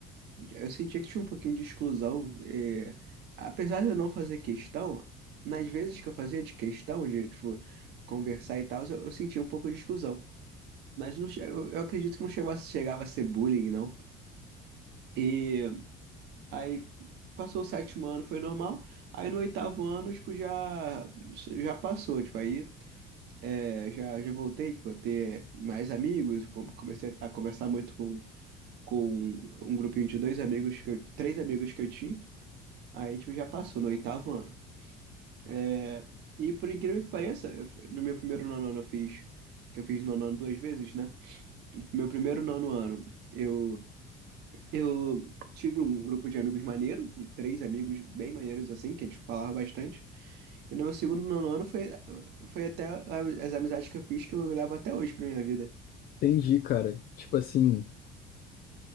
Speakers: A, on the right; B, on the left.
A: Eu sentia que tinha um pouquinho de exclusão. é, Apesar de eu não fazer questão, nas vezes que eu fazia de questão, de, tipo, conversar e tal, eu, eu sentia um pouco de exclusão. Mas não, che- eu eu acredito que não chegou a- chegava a ser bullying, não. E aí passou o sétimo ano, foi normal. Aí no oitavo ano, tipo, já, já passou. Tipo, aí é, já, já voltei, tipo, a ter mais amigos. com- Comecei a conversar muito com, com um um grupinho de dois amigos, que eu, três amigos que eu tinha. Aí, tipo, já passou no oitavo ano. É, E por incrível que pareça, eu f- no meu primeiro nono ano eu fiz, que eu fiz nono ano duas vezes, né? No meu primeiro nono ano, eu, eu tive um grupo de amigos maneiro, de três amigos bem maneiros assim, que a gente falava bastante. E no meu segundo nono ano foi, foi até a- as amizades que eu fiz que eu levo até hoje pra minha vida.
B: Entendi, cara. Tipo assim,